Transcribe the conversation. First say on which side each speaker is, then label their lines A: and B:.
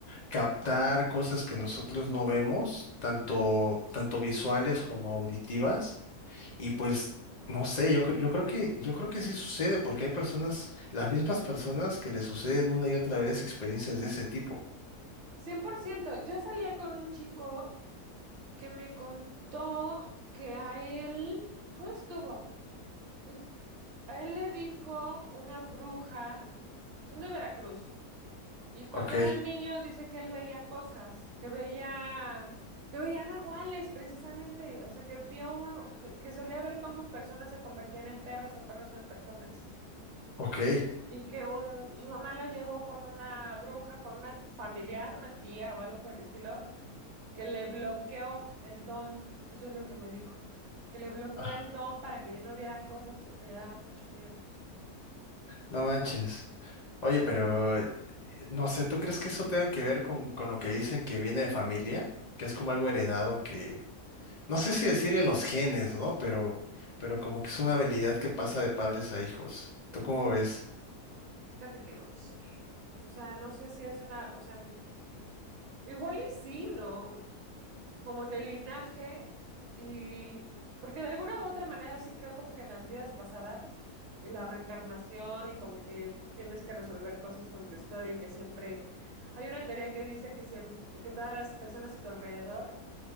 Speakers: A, on the left; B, on the right.
A: captar cosas que nosotros no vemos, tanto, tanto visuales como auditivas. Y pues, no sé, yo, cre- yo creo que, yo creo que sí sucede, porque hay personas, las mismas personas que le suceden una y otra vez experiencias de ese tipo.
B: cien por ciento. Yo salía con un chico que me contó que a él, ¿cómo estuvo? Es- A él le dijo una bruja, son de Veracruz, y cuando
A: Ok,
B: era niño dice que él veía cosas, que veía, que veía nahuales precisamente, o sea, que vio, que, que solía ver cómo personas se convertían en perros o perros en personas.
A: ok.
B: y que un, su mamá la llevó con una bruja, con una familiar, una tía o algo por el estilo, que le bloqueó el don, eso es lo que me dijo, que le bloqueó
A: Ah,
B: el don para que ella no viera cosas porque le daba mucho miedo.
A: no manches. Oye, pero eh, no sé, ¿tú crees que eso tenga que ver con, con lo que dicen que viene de familia? Que es como algo heredado No sé si decir en los genes, ¿no? Pero, pero como que es una habilidad que pasa de padres a hijos. ¿Tú cómo ves?
B: Fíjate que no sé, o sea, no sé si es una, o sea, Igual y sí, ¿no? Como en el linaje y porque de alguna u otra manera sí creo como que en las vidas pasadas y la reencarnación y como que tienes que resolver cosas con tu historia y que siempre hay una teoría que dice que siempre, que todas las personas a tu alrededor